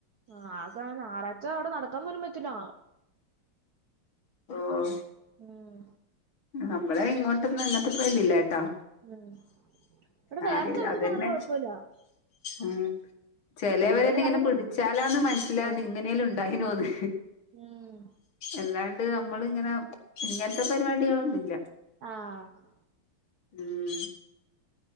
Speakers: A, on the right; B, on the left.
A: ആഹ് അതാ ഞായറാഴ്ച അവിടെ നടക്കാൻ പോലും പറ്റില്ല
B: ഓഹ്
A: ഉം
B: നമ്മളെ ഇങ്ങോട്ടൊന്നും ഇങ്ങനത്തെ പേയിതില്ലേട്ടോ
A: ഉം ഇവിടെ
B: ആഹ്
A: വേറെ സ്ഥലത്തൊന്നും
B: അതന്നെ
A: അങ്ങനെ കുഴപ്പമില്ല
B: ഉം ചെലവരെന്നെ
A: ചിലവര്
B: ഇങ്ങനെ
A: അതിന്
B: പിടിച്ചാലാന്ന് മനസ്സിലാന്ന്
A: ആ
B: ഇങ്ങനെല്ലും ഉണ്ടായിനോന്ന്
A: ഉം
B: അല്ലാണ്ട് നമ്മൾ ഇങ്ങനെ ഇങ്ങനത്തെ പരിപാടികളൊന്നു ഇല്ല
A: ആഹ്
B: ഉം